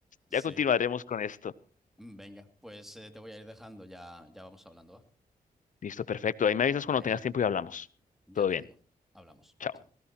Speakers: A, in the centre; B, on the left.
A: Sí,
B: Ya continuaremos con esto.
A: venga, pues eh, te voy a ir dejando, ya, ya vamos hablando, ¿va?
B: Listo, perfecto. Ahí me avisas cuando
A: Venga,
B: tengas tiempo y hablamos.
A: ya
B: Todo
A: te
B: bien.
A: digo, hablamos.
B: Chao.
A: Chao.